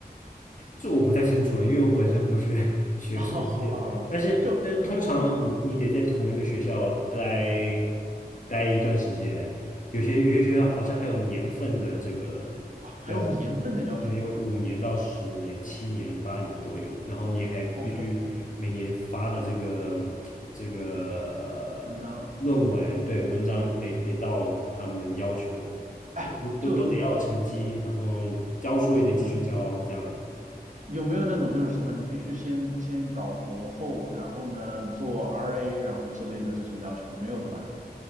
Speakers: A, on the left; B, on the right.
A: 这我不太清楚了，因为我本身不是 <laughs> 学术界的但是但是通常你你得在同一个学校待
B: <laughs> 哦，好吧，好吧，就嗯，
A: 待一段时间，有些有些学校好像还有年份的这个
B: 啊，还有年份的要求吗？
A: 要求，可能有五年到十年、
B: 我天呐
A: 七年、八年都有，然后你还必须每年发的这个
B: ！OK，
A: 这个呃论文，
B: 文章，
A: 对，文章你得你得到他们的要求。
B: 嗯，哎，
A: 对，你都都得要有成绩，
B: 就
A: 然后教书也得继续教，
B: 嗯，
A: 这样子。
B: 有没有那种就是什么，你必须先先搞博后，然后呢做 RA，然后之类的这种要求，没有的吧？